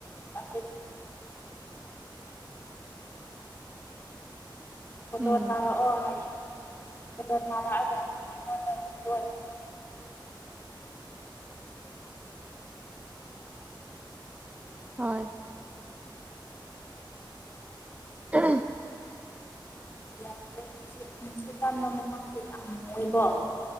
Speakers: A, on the left (about 30°); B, on the right (about 20°).
A: ꯂ <inaudible> ꯐꯣꯇꯣ
B: ꯎꯝ
A: ꯊꯥꯔꯛꯑꯣ ꯍꯥꯏꯌꯦ ꯐꯣꯇꯣ ꯊꯔꯛꯑꯒ ꯅꯪ ꯑꯩꯉꯣꯟꯗ ꯂꯣꯟꯅ <inaudible>
B: ꯍꯣꯏ ꯑ
A: ꯌꯥꯝ ꯅꯨꯡꯁꯤꯠ ꯅꯨꯡꯁꯤꯠ ꯀꯟꯕ ꯃꯐꯝꯁꯤ ꯌꯥꯝ ꯃꯨꯏꯀꯣ